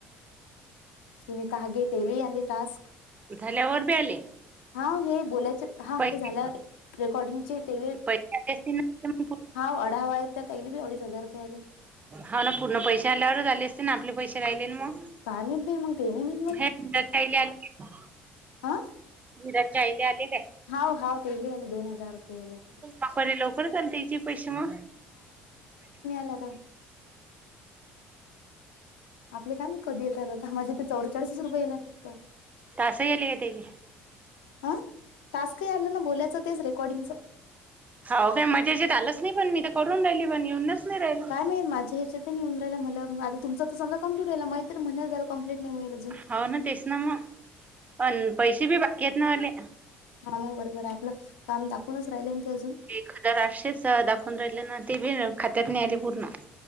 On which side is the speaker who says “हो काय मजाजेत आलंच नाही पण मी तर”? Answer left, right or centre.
Right